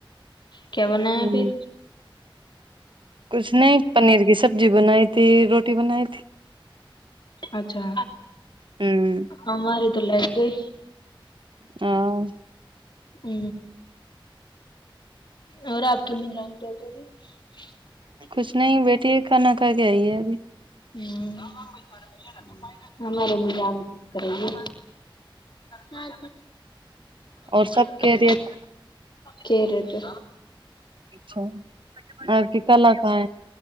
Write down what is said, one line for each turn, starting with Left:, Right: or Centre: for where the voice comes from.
Left: کیا
Right: ہ
Left: بنا ہے پھر
Right: کچھ نہیں پنیر کی سبزی بنائی تھی روٹی بنائی تھی
Left: اچھا
Right: ہ
Left: ہمماری تو لائٹ گئی
Right: ہاں
Left: ہ اور آپ کے امی جان کیا کری <inaudible>
Right: کچھ نہیں بیٹھی کھانا کھا کے آئیے ابھی
Left: ہ ہمارے امی جان کرے گے ہاں
Right: اور
Left: ا
Right: سب خیریت
Left: کہ رے تے
Right: سے آپ کی کلا کہاں